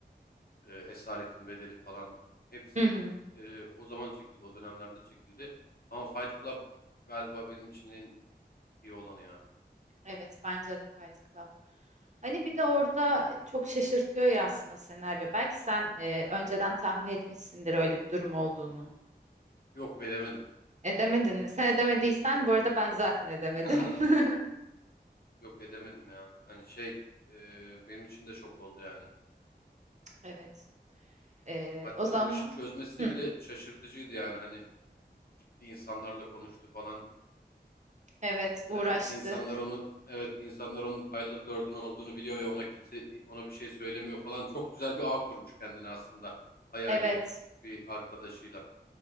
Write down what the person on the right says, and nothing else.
Hı hı.
Evet bence de Fight Club. Hani bir de orada e, çok şaşırtıyor ya aslında senaryo. Belki sen e, önceden tahmin etmişsindir öyle bir durum olduğunu.
Edemedin mi? Sen edemediysen
bu arada ben zaten edemedim.
<laughs>
Evet. E,
o zaman
Hı,
evet uğraştı.
Evet